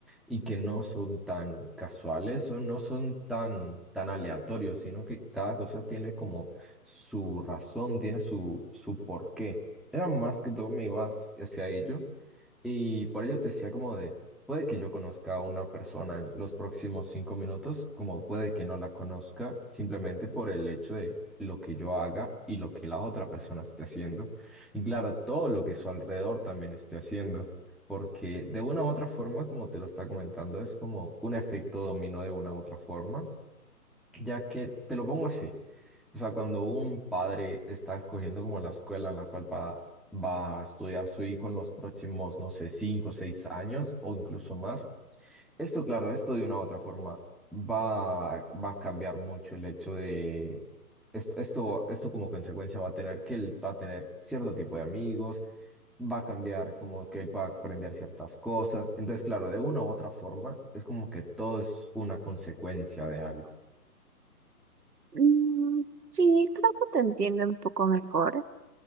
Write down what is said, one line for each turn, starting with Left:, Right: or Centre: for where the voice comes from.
Centre: y que no son tan casuales o no son tan, tan aleatorios, sino que cada cosa tiene como su razón, tiene su, su porqué. Era más que todo me iba hacia hacia ello y por ello te decía como de, puede que yo conozca a una persona en los próximos cinco minutos, como puede que no la conozca, simplemente por el hecho de lo que yo haga y lo que la otra persona esté haciendo. Y claro, todo lo que su alrededor también esté haciendo porque de una u otra forma, como te lo está comentando, es como un efecto dominó de una u otra forma, ya que te lo pongo así. O sea, cuando un padre está escogiendo como la escuela en la cual va, va a estudiar su hijo en los próximos, no sé, cinco o seis años o incluso más, esto, claro, esto de una u otra forma va, va a cambiar mucho el hecho de esto, esto, esto como consecuencia va a tener que él va a tener cierto tipo de amigos, va a cambiar como que él va a aprender ciertas cosas. Entonces, claro, de una u otra forma es como que todo es una consecuencia de algo.
Right: Mm, sí, creo que te entiendo un poco mejor.